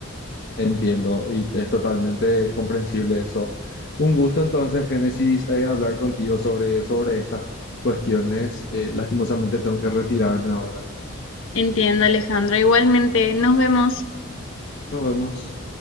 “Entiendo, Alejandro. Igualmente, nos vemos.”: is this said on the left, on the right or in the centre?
Left